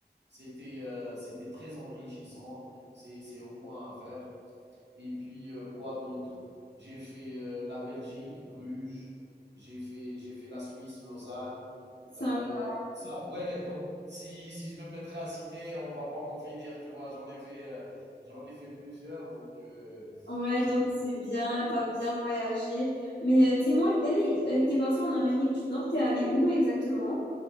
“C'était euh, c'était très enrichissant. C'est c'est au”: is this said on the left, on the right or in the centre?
Right